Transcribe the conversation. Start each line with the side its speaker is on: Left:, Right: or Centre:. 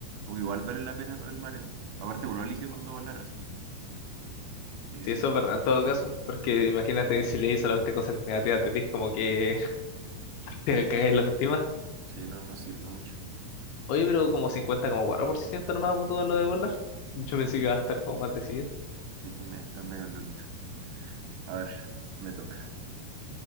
Right: como que igual vale la pena lo del mareo. Aparte, uno elige cuándo volar, así que, así que
Left: si
Right: sí,
Left: eso es verdad en todo caso, porque imagínate si leí solamente cosas negativas de ti, como que <laughs> te
Right: sí,
Left: caes en la autoestima.
Right: sí, no, no sirve mucho.
Left: Oye, pero como 50 como 4% nomás votó lo de volar. Yo pensé que iba a estar como más decidido.
Right: Sí, está medio, está medio loquito. A ver, me toca.